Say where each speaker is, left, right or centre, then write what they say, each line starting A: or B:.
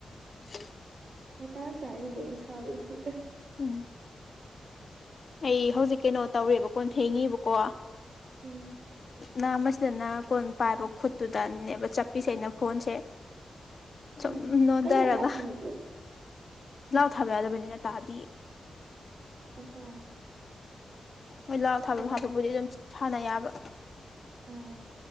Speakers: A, on the left; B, on the right.
A: <inaudible>
B: ꯃꯇꯥꯡ ꯆꯥꯔꯤꯕꯣ ꯑꯩꯅ ꯁꯥꯎꯔꯛꯏꯁꯤ
A: ꯎꯝ ꯑꯩ ꯍꯧꯖꯤꯛ ꯀꯩꯅꯣ ꯇꯧꯔꯦꯕ ꯀꯣꯟ ꯐꯦꯡꯉꯤꯕꯀꯣ
B: ꯎꯝ
A: ꯅꯅꯥ ꯃꯁꯤꯗꯅ ꯀꯣꯟ ꯄꯥꯏꯕ ꯈꯨꯠꯇꯨꯗꯅꯦꯕ ꯆꯠꯄꯤꯁꯦ ꯑꯩꯅ ꯐꯣꯟꯁꯦ ꯆꯨꯝꯅꯣ
B: ꯑꯥ ꯑꯩ
A: ꯇꯔꯒ
B: ꯃꯈꯥ ꯊꯝꯃꯒꯦ
A: ꯂꯥꯎꯊꯕ ꯑꯕꯅꯤꯅ ꯇꯥꯗꯤꯌꯦ
B: ꯑꯣ ꯍꯣ
A: ꯍꯣꯏ ꯂꯥꯎ ꯊꯥꯐꯝ
B: ꯑꯩꯁꯨ
A: ꯍꯥꯞꯄꯕꯨꯗꯤ ꯑꯗꯨꯝ ꯊꯥꯅ ꯌꯥꯕ
B: ꯎꯝ